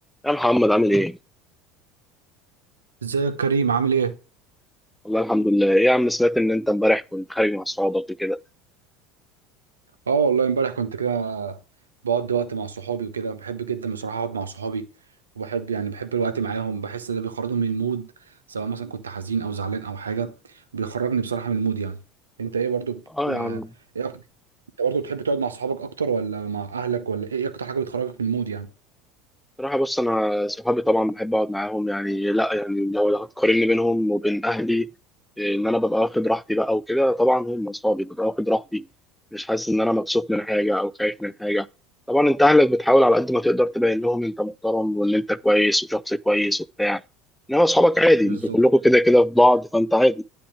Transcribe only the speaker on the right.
ازيك يا كريم عامل ايه؟
اه والله امبارح كنت كده بقضي وقت مع صحابي وكده بحب جدا بصراحة اقعد مع صحابي وبحب يعني بحب الوقت معاهم بحس ده بيخرجني من المود سواء مثلا كنت حزين او زعلان او حاجة بيخرجني بصراحة من المود يعني انت ايه برضو بت...
آه،
ايه اكتر انت برضو بتحب تقعد مع صحابك اكتر ولا مع اهلك ولا ايه اكتر حاجة بتخرجك من المود يعني
بالظبط